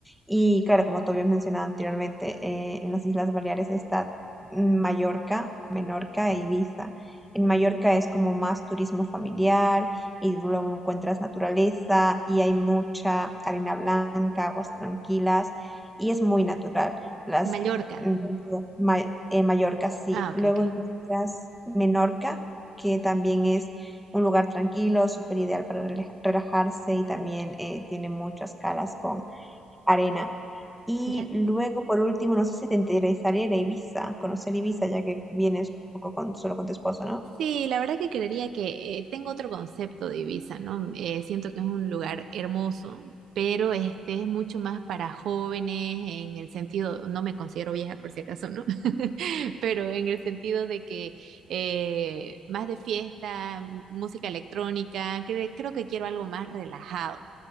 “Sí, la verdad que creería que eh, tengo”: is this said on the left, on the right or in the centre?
Right